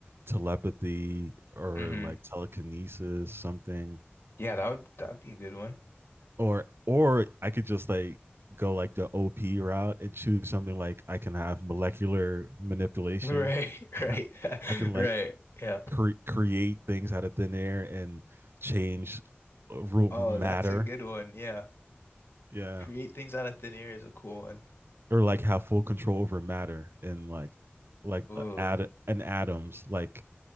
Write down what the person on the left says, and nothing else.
hmm
Yeah, that would that would be a good one. <laughs>
Right, right,
<laughs> right.
Yeah.
Oh,
that's a good one. Yeah.
Create things out of thin air is a cool one.
Ooh,